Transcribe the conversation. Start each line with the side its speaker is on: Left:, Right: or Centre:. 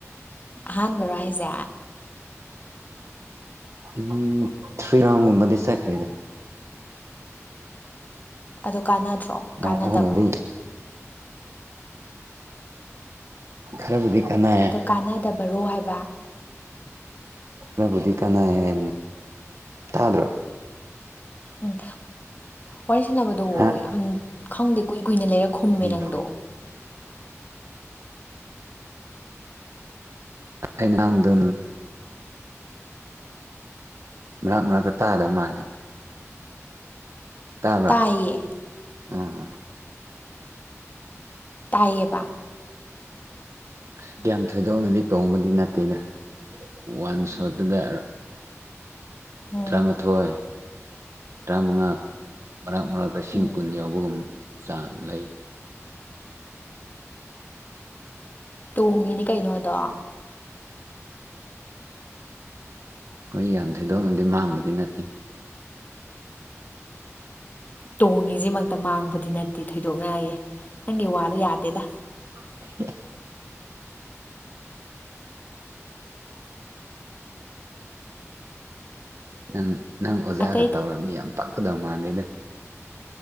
Left: ꯍꯥꯟꯕꯥꯟꯕꯔꯣ ꯍꯥꯏꯁꯦ
Right: ꯎꯝ ꯊ꯭ꯔꯤ ꯔꯥꯎ ꯃꯗꯤ ꯆꯥꯏ ꯈꯔꯤꯗꯦ
Left: ꯑꯗꯨ ꯀꯥꯟꯅꯗ꯭ꯔꯣ
Right: ꯔꯥꯎꯟ
Left: ꯀꯥꯟꯅꯗꯕ꯭ꯔꯣ
Right: ꯑꯍꯨꯝꯒꯨꯝꯕꯗꯤ ꯈꯔꯗꯤ ꯀꯥꯟꯅ
Left: ꯑꯗꯣ ꯀꯥꯟꯅꯗꯕꯔꯣ ꯍꯥꯏꯕ
Right: ꯈꯔꯕꯨꯗꯤ ꯀꯅꯥ ꯍꯥꯏꯕꯅꯤ ꯇꯥꯗ꯭ꯔꯣ
Left: ꯎꯝ ꯋꯥꯔꯤ ꯁꯥꯟꯅꯕꯗꯣ
Right: ꯍꯥ
Left: ꯌꯥꯝ ꯈꯪꯗꯦ ꯀꯨꯏ ꯀꯨꯏꯅ ꯂꯩꯔꯛ ꯈꯨꯝꯃꯦ
Right: ꯎꯝ
Left: ꯅꯪꯗꯣ
Right: ꯑ ꯅꯍꯥꯡꯗ ꯃꯅꯥꯛ ꯃꯅꯥꯛꯇ ꯇꯥꯗꯕ ꯃꯥꯜꯂꯦ ꯇꯥꯕ꯭ꯔꯥ
Left: ꯇꯥꯏꯌꯦ
Right: ꯎꯝꯣꯏ
Left: ꯇꯥꯏꯌꯦꯕ
Right: ꯑꯁ ꯒ꯭ꯌꯥꯝ ꯊꯣꯏꯗꯣꯛꯅꯗꯤ ꯇꯣꯡꯕꯗꯤ ꯅꯠꯇꯦꯗ ꯋꯥꯟ ꯁꯇꯗꯔ
Left: ꯎꯝ
Right: ꯇꯔꯥꯃꯥꯊꯣꯏ ꯇꯔꯥꯃꯉꯥ ꯃꯔꯛ ꯃꯔꯛ ꯂꯤꯁꯤꯡ
Left: ꯎꯝ
Right: ꯀꯨꯟ ꯌꯥꯎꯕꯒꯨꯝ ꯆꯥꯡ ꯂꯩ
Left: ꯇꯣꯡꯉꯤꯅꯦ ꯀꯩꯅꯣꯗꯣ
Right: ꯑꯩꯈꯣꯏ ꯌꯥꯝ ꯊꯣꯏꯗꯣꯛꯅꯗꯤ ꯃꯥꯡꯕꯗꯤ ꯅꯠꯇꯦ
Left: ꯇꯣꯡꯉꯤꯁꯤꯃꯛꯇ ꯃꯥꯡꯕꯗꯤ ꯅꯠꯇꯦ ꯊꯣꯏꯗꯣꯛꯅꯌꯦ ꯅꯪꯒꯤ ꯋꯥꯗꯣ ꯌꯥꯗꯦꯗ
Right: ꯑ ꯅꯪ ꯅꯪ ꯑꯣꯖꯥꯒ
Left: ꯑꯇꯩ
Right: ꯇꯧꯔꯕꯝꯅꯤ ꯌꯥꯝ ꯄꯛꯀꯗꯧ ꯃꯥꯂꯩꯗ